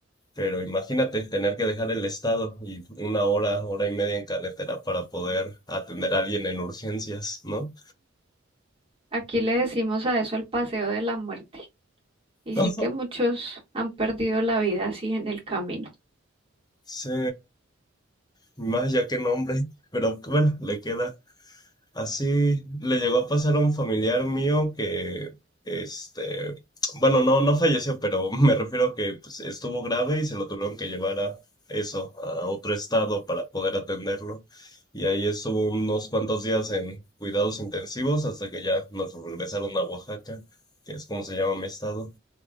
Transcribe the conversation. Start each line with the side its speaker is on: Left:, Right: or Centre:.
Left: Pero imagínate tener que dejar el estado y una hora, hora y media en carretera para poder atender a alguien en urgencias, ¿no?
Right: Aquí le decimos a eso el paseo de la muerte. Y
Left: <laughs>
Right: sí que muchos han perdido la vida así en el camino.
Left: Sí, más ya que nombre, pero bueno, le queda. Así le llegó a pasar a un familiar mío que, este, bueno, no, no falleció, pero <laughs> me refiero a que pues, estuvo grave y se lo tuvieron que llevar a eso, a otro estado para poder atenderlo. Y ahí estuvo unos cuantos días en cuidados intensivos hasta que ya nos regresaron a Oaxaca, que es como se llama mi estado.